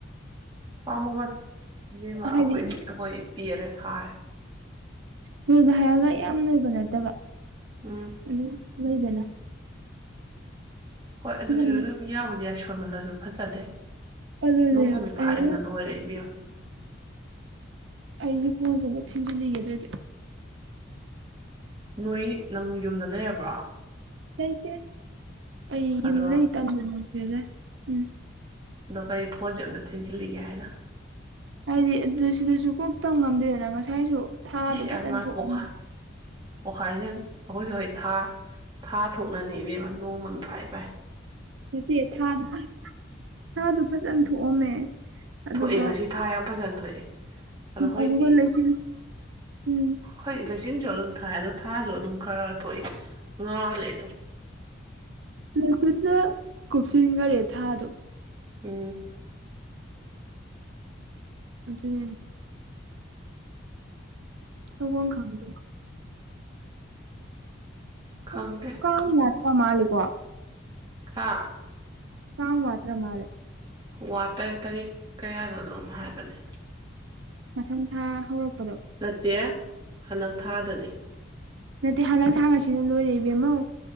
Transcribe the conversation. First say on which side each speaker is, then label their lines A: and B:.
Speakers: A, on the right; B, on the right.
A: ꯄꯥꯝꯃ ꯑꯩꯈꯣꯏꯗꯤ
B: ꯍꯥꯏꯗꯤ
A: ꯑꯩꯈꯣꯏ ꯄꯦꯜꯂꯦ ꯈꯥꯔꯦ
B: ꯅꯣꯏꯕ ꯍꯥꯏꯔꯒ ꯌꯥꯝ ꯅꯣꯏꯕ ꯅꯠꯇꯕ
A: ꯎꯝ
B: ꯑꯗꯨꯝ ꯂꯩꯗꯅ
A: ꯍꯣꯏ
B: ꯈꯤꯇꯪ
A: ꯑꯗꯨꯁꯨ ꯑꯗꯨꯝ ꯌꯥꯕꯨꯗꯤ ꯌꯥꯏ ꯁꯣꯟꯃꯜꯂꯁꯨ ꯐꯖꯗꯦ
B: ꯑꯗꯨꯅꯦ
A: ꯅꯣꯡꯃ ꯃꯤ
B: ꯑꯩꯅ
A: <inaudible> ꯏꯕꯦꯝꯃꯥ
B: ꯑꯩꯒꯤ ꯐꯣꯟꯁꯦ ꯑꯃꯨ ꯊꯤꯟꯖꯤꯜꯂꯤꯒꯦ ꯑꯗꯨ ꯑꯣꯏꯗꯤ
A: ꯅꯣꯏ ꯅꯪ ꯌꯨꯝꯗ ꯂꯩꯔꯕ꯭ꯔꯣ
B: ꯂꯩꯇꯦ ꯑꯩ ꯌꯨꯝ
A: ꯑꯗꯣ
B: ꯂꯩ <inaudible> ꯎꯝ
A: ꯑꯗꯣ ꯀꯔꯤ ꯐꯣꯟꯁꯦ ꯑꯝꯇ ꯊꯤꯟꯖꯤꯜꯂꯤꯒꯦ ꯍꯥꯏꯅ
B: ꯍꯥꯏꯗꯤ ꯑꯗꯨ ꯁꯤꯗꯁꯨ ꯀꯣꯛꯇꯝ ꯉꯝꯗꯦꯗꯅ ꯉꯁꯥꯏꯁꯨ ꯊꯥꯗꯣ
A: ꯏ
B: ꯐꯖꯅ
A: ꯃꯥꯅ
B: ꯊꯣꯛꯑꯝꯃꯦ
A: ꯄꯥꯏ ꯄꯣꯈꯥꯏꯁꯤꯅꯤ ꯑꯩꯈꯣꯏꯁꯨ ꯍꯣꯏ ꯊꯥ ꯊꯥ ꯊꯣꯛꯅꯅꯦ ꯏꯕꯦꯝꯃ ꯅꯣꯡꯃ ꯊ꯭ꯋꯥꯏꯕꯥꯏ
B: ꯅꯠꯇꯦ ꯊꯥꯗ ꯊꯥꯗꯣ ꯐꯖꯅ ꯊꯣꯛꯑꯝꯃꯦ ꯑꯗꯨꯒ
A: ꯊꯣꯛꯑꯦ ꯉꯁꯤ ꯊꯥ ꯌꯥꯝ ꯐꯖꯅ ꯊꯣꯛꯑꯦ ꯑꯗꯣ ꯈꯣꯢꯗꯤ
B: ꯑꯗꯨꯒ ꯂꯩꯆꯤꯟ ꯎꯝ
A: ꯍꯣꯏ ꯂꯩꯆꯤꯟꯁꯨ ꯑꯗꯨꯝ ꯊꯥꯏ ꯑꯗꯣ ꯊꯥꯁꯨ ꯑꯗꯨꯝ ꯈꯔ ꯊꯣꯛꯏ ꯑꯗꯨ ꯉ ꯃꯥꯥꯜꯂꯦ ꯑꯗꯣ
B: ꯃꯁꯨꯠꯅ ꯀꯨꯞꯁꯤꯟꯈꯔꯦ ꯊꯥꯗꯣ
A: ꯎꯝ
B: ꯑꯗꯨꯒꯤꯅꯦ ꯇꯧꯕꯝ ꯈꯪꯗꯦ
A: ꯈꯪꯗꯦ
B: ꯑꯥ ꯀꯥꯡ ꯌꯥ ꯃꯥ ꯂꯦꯀꯣ
A: ꯍꯥ
B: ꯊꯥꯎꯝ ꯃꯥꯇ꯭ꯔ ꯃꯥꯔꯦ
A: ꯋꯥꯇꯔꯦ ꯇꯔꯤꯛ ꯀꯌꯥꯗꯅꯣ ꯑꯃ ꯍꯥꯏꯕꯅꯦ
B: ꯃꯊꯪ ꯊꯥ ꯍꯧꯔꯛ
A: ꯅꯠꯇꯦ ꯍꯟꯗꯛ ꯊꯥꯗꯅꯤ
B: ꯅꯠꯇꯦ ꯍꯟꯗꯛ ꯊꯥꯡ ꯑꯁꯤꯅ ꯂꯣꯏꯔꯛ ꯏꯕꯦꯝꯃꯧ